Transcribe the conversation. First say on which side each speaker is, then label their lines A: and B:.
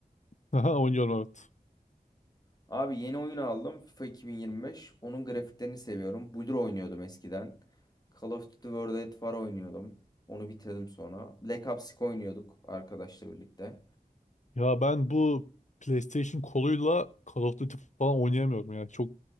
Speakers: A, on the left (about 50°); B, on the left (about 25°).
A: Aha, oynuyorum evet.
B: Abi yeni oyun aldım FIFA 2025. Onun grafiklerini seviyorum. Blur oynuyordum eskiden. Call of Duty World at War oynuyordum. Onu bitirdim sonra. Black Ops 2 oynuyorduk arkadaşla birlikte.
A: Ya ben bu PlayStation koluyla Call of Duty falan oynayamıyorum yani çok